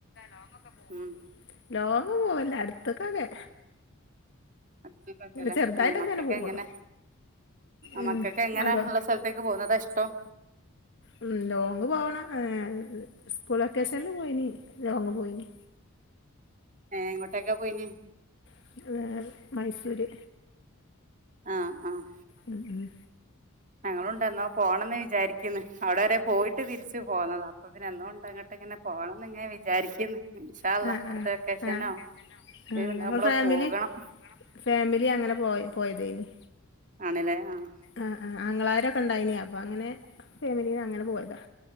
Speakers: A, on the left (about 55°); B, on the right (about 35°).
A: ലോങ്ങൊക്കെ പോവോ.
B: ഉം
A: ലോങ്ങ് പോവല്ലാ അട്ത്ത്കൊക്കേ.
B: അട്ത്ത്കൊക്കെല്ലെ
A: ചെറുതായിട്ടങ്ങനെ
B: ഏഹ് മക്കക്കെങ്ങനെ
A: പോവുള്ളു
B: ആ
A: ഉം
B: മക്കക്ക് എങ്ങനെ
A: അലോ
B: ഉള്ള സ്ഥല് ത്തേക്ക് പോവുന്നതാ ഇഷ്ടോം.
A: ഉം ലോങ് പോവണം ഏഹ് സ്കൂൾ വൊക്കേഷൻല് പോയിനി ലോങ്ങ് പോയിനി.
B: ഏഹ് എങ്ങോട്ടൊക്കെ പോയിനെ.
A: <unintelligible> മൈസൂര്
B: ആഹ് ആഹ്.
A: ഉം ഉം.
B: ഞങ്ങളുണ്ടന്നാ. പോണെന്ന് വിചാരിക്ക്ന്ന് അവിടെ വരെ പോയിട്ട് തിരിച്ച് പോന്നതാ അപ്പൊ പിന്നെ എന്നോണ്ട് അങ്ങട്ട് ഇങ്ങനെ. പോണന്നങ്ങനെ വിചാരിക്ക്ന്ന്. ഇൻഷാഅള്ളാഹ്
A: ഇൻഷാ അള്ളാ
B: അട്ത്ത വെക്കേഷനോ ഒയിവ്ണ്ടാവുമ്പളോ
A: ആഹ് ഞങ്ങൾ ഫാമിലി
B: പോകണം.
A: ഫാമിലി അങ്ങനെ പോയ പോയതേനി.
B: ആണ്ലേ ആഹ്.
A: ആഹ് ആഹ് ആങ്ങളാരൊക്കെണ്ടായിനി അപ്പ അങ്ങനെ ഫാമിലീന്ന് അങ്ങനെ പോയതാ.